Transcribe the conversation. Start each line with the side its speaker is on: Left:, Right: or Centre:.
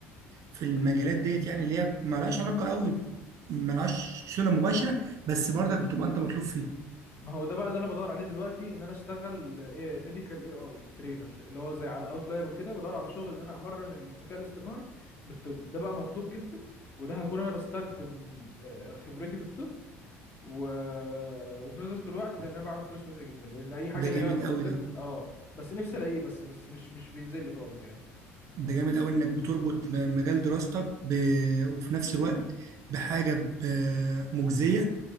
Right: في المجالات ديت يعني اللي هي مالهاش علاقه قوي مالهاش صله مباشره بس برضك بتبقى انت مطلوب فيها
Left: ما هو ده بقى اللي انا بدور عليه دلوقتي ان انا اشتغل ايه ميديكال اي اي ترينر اللي هو زي على اوتلاير وكده بدور على شغل ان انا امرن الذكاء الاصطناعي بالطب ده بقى مطلوب جدا وده هكون انا بستخدم آه، خبرتي في الطب و... وفي نفس الوقت ان انا بعمل فلوس كويسه جدا لان اي حاجه
Right: ده
Left: ليها
Right: جامد
Left: علاقه بالطب
Right: قوي ده
Left: اه بس نفسي الاقيه بس بس مش مش بينزل لي خالص يعني
Right: ده جامد قوي انك بتربط ب- مجال دراستك ب... وفي نفس الوقت بحاجه ب... مجزيه